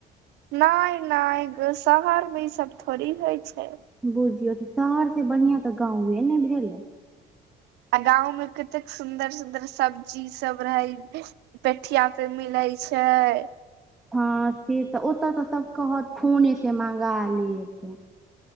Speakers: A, on the right; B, in the centre.
A: नहि नहि शहर मे ई सब थोड़ी होय छैय।
B: बुझियौ तऽ शहरसे बढ़िया तऽ गाँवे ने भेलै।
A: आ गांव में कतेक सुंदर सुंदर सब्जी सब रहै पेठिया पे मिलय छैय।
B: हँ से तऽ ओतऽ तऽ सब कहत फोने से मंगा लेत।